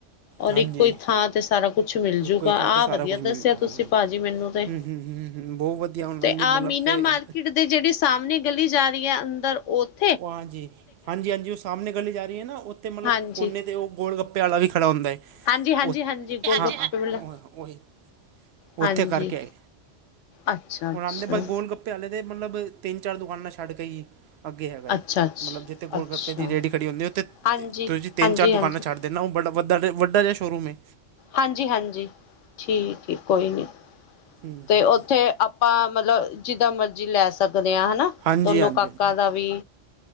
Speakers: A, on the left (about 80°); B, on the right (about 65°).
A: ਔਰ
B: ਹਾਂਜੀ
A: ਇੱਕੋ ਹੀ ਥਾਂ। ਸਾਰਾ ਕੁਛ ਮਿਲਜੂਗਾ
B: ਇੱਕੋ ਹੀ ਥਾਂ
A: ਆ
B: 'ਤੇ ਸਾਰਾ
A: ਵਧੀਆ
B: ਕੁਝ
A: ਦੱਸਿਆ
B: ਮਿਲ ਜਾਊ
A: ਤੁਸੀਂ
B: ਹਾਂਜੀ
A: ਪਾਜੀ ਮੇਨੂੰ ਤੇ
B: ਹੂੰ ਹੂੰ ਹੂੰ ਹੂੰ ਬਹੁਤ ਵਧੀਆ ਉਹਨਾਂ
A: ਤੇ
B: ਦੀ
A: ਆਹ
B: ਮਤਲਬ
A: ਮੀਨਾ
B: ਇਹ
A: ਮਾਰਕੀਟ ਦੇ ਜੇੜੀ ਸਾਹਮਣੇ ਗਲੀ ਜਾ ਰੀ ਐ ਅੰਦਰ ਓਥ
B: ਓ ਹਾਂਜੀ, ਹਾਂਜੀ-ਹਾਂਜੀ ਉਸ ਸਾਮਣੇ ਗਲੀ ਜਾ ਰੀ ਏ ਨਾ ਓਥੇ ਮਤਲਬ
A: ਹਾਂਜੀ
B: ਕੋਨੇ ਤੇ ਓ ਗੋਲ- ਗੱਪੇ ਵਾਲਾ ਈ ਖੜਾ ਹੁੰਦਾ ਏ।
A: ਹਾਂਜੀ ਹਾਂਜੀ
B: ਓ
A: ਹਾਂਜੀ ਗੋਲ
B: ਹਾਂਜੀ-ਹਾਂਜੀ
A: ਗੱਪੇ ਵਾਲਾ
B: ਓਈ
A: ਹਾਂਜੀ
B: ਓਥੇ ਕਰ ਕੇ ਆਈ।
A: ਅੱਛਾ ਅੱਛਾ
B: ਓਣਾ ਦੇ ਬਸ ਗੋਲ-ਗੱਪੇ ਆਂਦੇ ਨੇ ਮਤਲਬ ਤਿੰਨ-ਚਾਰ ਦੁਕਾਨਾਂ ਛੱਡ ਕੇ ਈ ਅੱਗੇ ਹੈਗਾ ਜੀ
A: ਅੱਛਾ ਅੱਛਾ
B: ਮਤਲਬ ਜਿੱਥੇ ਗੋਲ-ਗੱਪੇ
A: ਅੱਛਾ
B: ਦੀ ਰੇੜੀ ਖੜੀ ਹੁੰਦੀ ਐ ਓਥੇ
A: ਹਾਂਜੀ
B: ਤੁਸੀਂ ਤਿੰਨ-ਚਾਰ
A: ਹਾਂਜੀ
B: ਦੁਕਾਨਾਂ
A: ਹਾਂਜੀ
B: ਛੱਡ ਨਾ ਓ ਬੜਾ ਵਦਾ ਤੇ ਵੱਡਾ ਜੇਆ ਸ਼ੋਰੂਮ ਏ
A: ਹਾਂਜੀ-ਹਾਂਜੀ ਠੀਕ ਏ, ਕੋਈ ਨੀ
B: ਹੂੰ
A: ਤੇ
B: ਹੂੰ
A: ਓਥੇ ਆਪ ਹਾਂ ਮਤਲਬ ਜਿੱਦਾਂ ਮਰਜ਼ੀ ਲੈ ਸਕਦੇ ਆਂ ਹੈਨਾ
B: ਹਾਂਜੀ
A: ਦੋਨੋ
B: ਹਾਂਜੀ ਹਾਂਜੀ
A: ਕਾਕਾਾਂ
B: ਹੂੰ
A: ਦਾ ਵੀ